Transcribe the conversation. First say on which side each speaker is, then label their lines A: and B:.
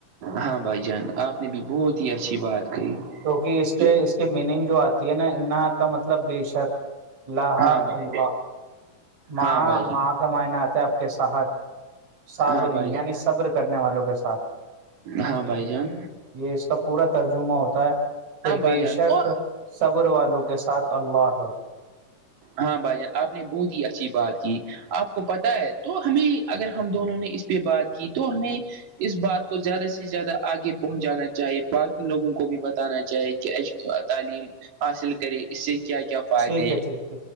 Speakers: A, on the right; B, on the right.
A: ہاں بھائی جان آپ نے بھی بہت ہی اچھی بات کہی
B: جوہ اس کے
A: تو
B: اس کے میننگ جو آ یہ نا انہ کا مطلب بے شک اللہ
A: ہاں بھائی
B: اللہ ماں
A: ہاں بھائی
B: ماں کا معائنی آتا ہے آپ کے ساتھ صابرین
A: ہاں بھائی
B: یعنی صبر کرنے والوں کے ساتھ
A: ہاں بھائی جان
B: یہ اس کا پورا ترجمہ ہوتا ہے کہ
A: ہاں بھائی
B: بے
A: جان
B: شک
A: تو
B: صبر والوں کے ساتھ اللہ ہے
A: ہاں بھائی جان آپ نے بہت ہی اچھی بات کی آپ کو پتا ہے تو ہمیں اگر ہم دونوں نے اس پہ بات کی تو ہمیں اس بات کو زیادہ سے زیادہ آگے پہنچانا چاہے باقی لوگوں کو بھی بتانا چاہے کہش تعلیم حاصل کرے اس سے کیا کیا فائدے
B: ٹھیک
A: ہیں
B: ہے ٹھیک